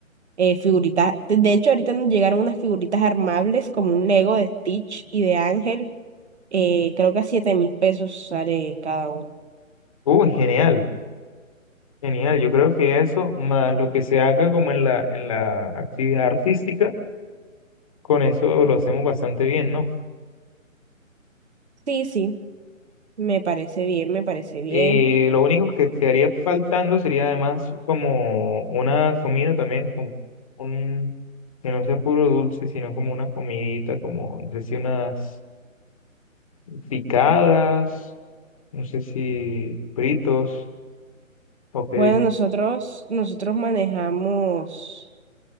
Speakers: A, on the right; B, on the left.
A: Eh, figuritas, de de hecho, ahorita nos llegaron unas figuritas armables como un Lego de Stitch y de Ángel. eh, creo que a siete mil pesos sale cada uno.
B: Uy, genial, genial. Yo creo que eso, más lo que se haga como en la, en la actividad artística, con eso lo hacemos bastante bien, ¿no?
A: Sí, sí, me parece bien, me parece bien.
B: Y lo único que quedaría faltando sería además como una comida también, como un, que no sea puro dulce, sino como una comidita, como, no sé si unas picadas, no sé si fritos. Ok.
A: Bueno, nosotros, nosotros manejamos,